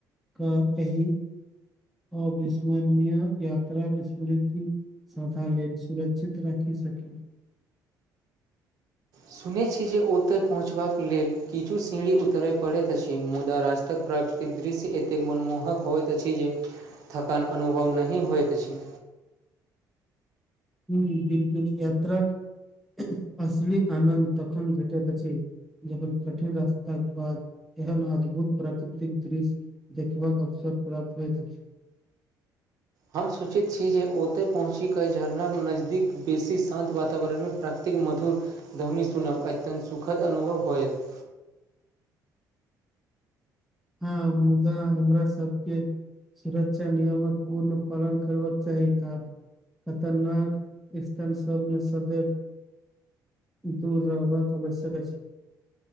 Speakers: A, in the centre; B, on the right.
A: क एहि। अविस्मरणय यात्रा समृद्धिथ ले सुरक्षित रहै। की सखी।
B: सुनैत छी जे ओतय पहुँचबाक लेल किछु सीढ़ी उतरय पड़ैत अछि। मुदा रास्तकऽ एतेक दृश्य एतेक मनमोहक होइत अछि। जे थकान अनुभव नहि होइत अछि।
A: हूँ बिल्कूल यात्राक असली आनन्द तखन भेटैत अछि जखन कठिन रास्ताके बाद एहन अद्भुत, प्राकृतिक दृश्य। देखबाकऽ अवसर प्राप्त होइत छै।
B: हम सोचै छी जे ओतय पहुँच कऽ झरनाके नजदीक बेसी शान्त वातावरणमे प्राप्त। एते कऽ मधुर दौनी सुनब अत्यन्त सुखद अनुभव होयत
A: हँ, मुदा हमरा सभके सुरक्षा नियमक पूर्ण पालन करबाकऽ चाही आ खतरनाक स्थान सभमे सदर दूर रहबाक अवश्यक छै।